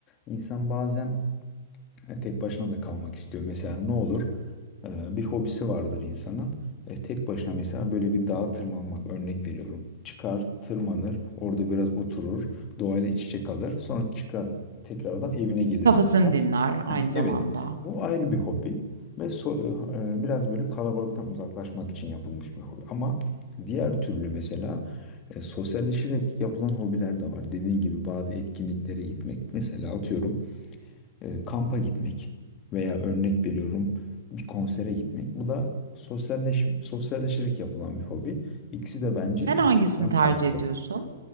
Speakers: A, on the left; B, on the right.
A: insan bazen Yani tek başına da kalmak istiyor. Mesela ne olur? Ee, bir hobisi vardır insanın. E, tek başına mesela böyle bir dağa tırmanmak örnek veriyorum. Çıkar, tırmanır, orada biraz oturur, doğayla iç içe kalır. Sonra çıkar tekrardan evine gelir
B: Kafasını
A: mesela.
B: dinler aynı zamanda.
A: Evet, bu ayrı bir hobi ve so- e, e, biraz böyle kalabalıktan uzaklaşmak için yapılmış bir hobi. Ama diğer türlü mesela e, sosyalleşerek yapılan hobiler de var. Dediğin gibi bazı etkinliklere gitmek. Mesela atıyorum e, kampa gitmek veya örnek veriyorum bir konsere gitmek. Bu da sosyalleş sosyalleşerek yapılan bir hobi. İkisi de bence
B: Sen
A: birbirinden
B: hangisini tercih
A: farklı.
B: ediyorsun?